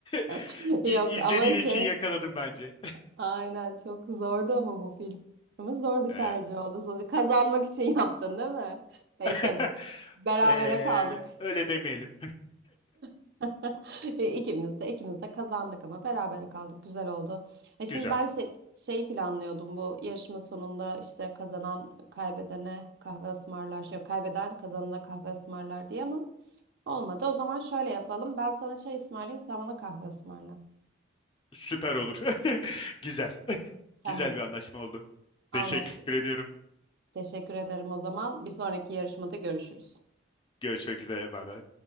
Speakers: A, on the left; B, on the right.
A: <laughs>
B: <laughs> Yok
A: i- izlediğin
B: ama
A: için
B: şey
A: yakaladım bence.
B: aynen çok zordu ama bu film. Ama zor bir
A: <laughs> Ee,
B: tercih oldu sonuçta. Kazanmak için yaptın değil mi? Neyse
A: <laughs>
B: berabere
A: ee,
B: kaldık.
A: öyle demeyelim.
B: <laughs> E, İkimiz de ikimiz de kazandık ama berabere kaldık. Güzel oldu. E şimdi
A: <laughs> Güzel.
B: ben şey şey planlıyordum bu yarışma sonunda işte kazanan kaybedene kahve ısmarlar. Yok, kaybeden kazanana kahve ısmarlar diye ama olmadı. O zaman şöyle yapalım. Ben sana çay ısmarlayayım, sen bana kahve ısmarla.
A: Süper olur. <laughs> Güzel. <laughs>
B: Tamam,
A: Güzel bir anlaşma oldu.
B: anlaştık.
A: Teşekkür ediyorum.
B: Teşekkür ederim o zaman. Bir sonraki yarışmada görüşürüz.
A: Görüşmek üzere. Bay bay.